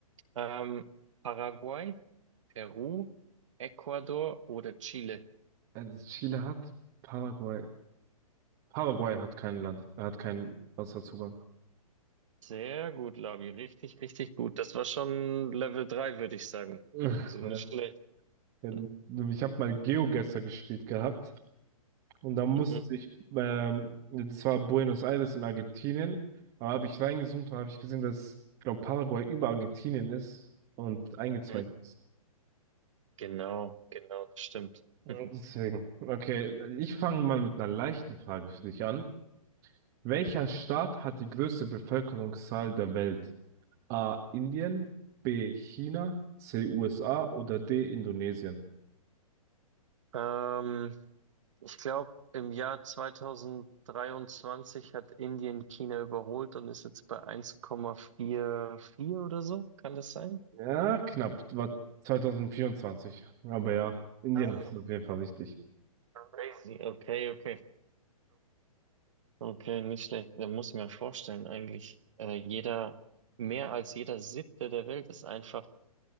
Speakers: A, on the right; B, on the right.
A: Ähm, Paraguay, Peru, Ecuador oder Chile?
B: Also Chile hat Paraguay. Paraguay hat kein Land. Er hat keinen Wasserzugang.
A: Sehr gut, Labi. Richtig, richtig gut. Das war schon Level 3, würde ich sagen.
B: <laughs>
A: Also nicht schlecht.
B: Ich
A: Hm,
B: habe mal GeoGuessr gespielt gehabt und da musste
A: Mhm.
B: ich, ähm, das war Buenos Aires in Argentinien, aber habe ich reingezoomt und habe ich gesehen, dass, ich glaube, Paraguay über Argentinien ist und eingezäunt
A: mhm.
B: ist.
A: Genau, genau, das stimmt.
B: Deswegen.
A: <laughs>
B: Okay, ich fange mal mit einer leichten Frage für dich an. Welcher Staat hat die größte Bevölkerungszahl der Welt? A. Indien, B. China, C. USA oder D. Indonesien?
A: Ähm, ich glaube, im Jahr 2023 hat Indien China überholt und ist jetzt bei 1,44 oder so. Kann das sein?
B: Ja, knapp. War 2024. Aber ja, Indien
A: Ah,
B: ist auf jeden Fall wichtig.
A: Crazy. Okay, okay. Okay, nicht schlecht. Da muss ich mir vorstellen, eigentlich äh, jeder, mehr als jeder Siebte der Welt ist einfach